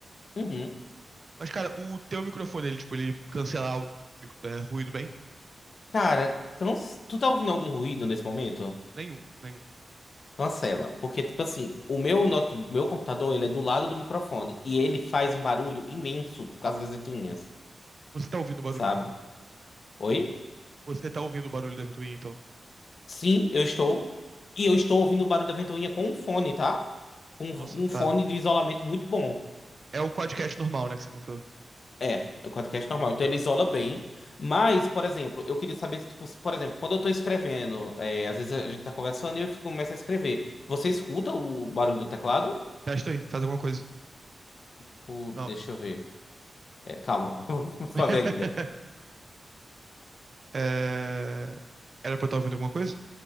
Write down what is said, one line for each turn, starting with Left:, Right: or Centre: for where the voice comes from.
Left: Uhum.
Right: Mas, cara, o teu microfone, ele, tipo, ele cancela áudio, micro- é, ruído bem?
Left: Cara, can- tu tá ouvindo algum ruído nesse momento?
Right: Nenhum, nenhum.
Left: Cancela. Porque, tipo assim, o meu, note... meu computador, ele é do lado do microfone. E ele faz um barulho imenso por causa das ventoinhas,
Right: Você tá ouvindo o barulho?
Left: sabe? Oi?
Right: Você tá ouvindo o barulho da ventoinha, então?
Left: Sim, eu estou. E eu estou ouvindo o barulho da ventoinha com um fone, tá? Com Um,
Right: Nossa, tá.
Left: um fone de isolamento muito bom.
Right: É o quadcast normal, né, que você comprou.
Left: É, é o podcast normal. Então ele isola bem. Mas, por exemplo, eu queria saber se, tipo, se, por exemplo, quando eu tô escrevendo, é, às vezes a gente tá conversando e eu fico, começo a escrever. Você escuta o barulho do teclado?
Right: Testa aí, faz alguma coisa.
Left: Pô,
Right: Não.
Left: deixa eu ver. É, calma, <laughs> vou fazer
Right: <laughs>
Left: ainda.
Right: É, Era pra eu estar ouvindo alguma coisa?